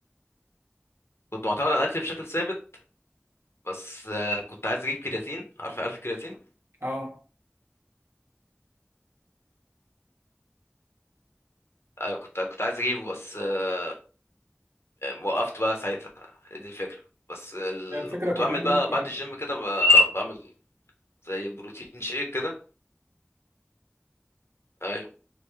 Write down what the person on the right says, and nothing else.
اه
هي الفكرة
كلها
إن
أنت